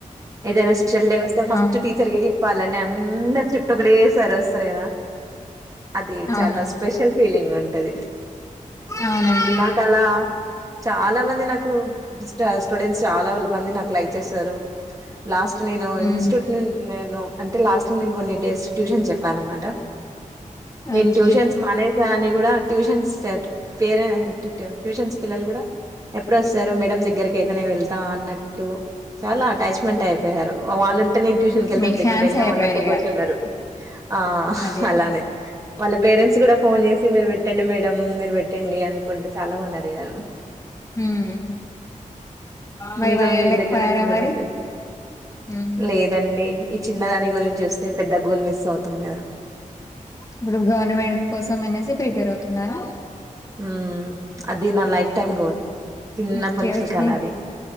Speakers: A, on the right; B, on the left.
A: ఏదైనా స్పెషల్ డే వస్తే ఫస్ట్
B: అవును
A: టీచర్క చెప్పాలని అందరు చుట్టూ ఒకడే సారి వస్తారు కదా అది
B: అవునవును
A: చాలా స్పెషల్ ఫీలింగ్ ఉంటది
B: అవునండి
A: నాకలా చాలా మంది నాకు స్టూడెంట్స్ చాలా మంది నాకు లైక్ చేస్తారు లాస్ట్ నేను
B: ఉమ్
A: ఇన్స్ట్యూట్ ను నేను అంటే లాస్ట్ నేను కొన్ని డేస్ ట్యూషన్ చెప్పానునమాట నేను
B: ఓకే
A: ట్యూషన్స్ మానేస కూడా ట్యూషన్ ట పేరే ట్యూషన్స్ పిల్లలు కూడా ఎప్పుడుొస్తారు మేడ దగ్గరకి అయితేనే వెళ్తా అన్నట్టు చాలా అటాచ్మెంట్ అయిపోయారు వాళ్ళు ఉంటే నేను ట్యూషన్కి వెళ్తాంంట
B: మీకు
A: లేకుంటే
B: ఫ్యాన్స్
A: వెళ్దాం
B: అయిపోయారు
A: అన్నతో
B: ఇగ
A: కూర్చున్నారు ఆ
B: అదే
A: అలానే
B: అదే
A: వాళ్ళ పేరెంట్స్ కూడా ఫోన్ చేసి మీరు పెట్టండి మే టందురూ పెట్టండి అనుకుంటూ చాలా మంది అడిగారు
B: ఉమ్ మరి
A: మీతో
B: మరి వెళ్ళకపోయారా
A: మీ దగ్గరనే పిల్లలకే
B: మరి ఉమ్
A: లేదండి ఈ చిన్న దాని గురించి చూస్తే పెద్ద గోల్ మిస్ అవుతుంది కదా
B: ఇప్పుడు గవర్నమెంట్ కోసం అనేసి ప్రిపేర్ అవుతున్నారా
A: ఉమ్, అది నా లైఫ్ టైమ్ గోల్ చిన్నప్పటి
B: ఓకే
A: నుంచి
B: ఓకే
A: కల అది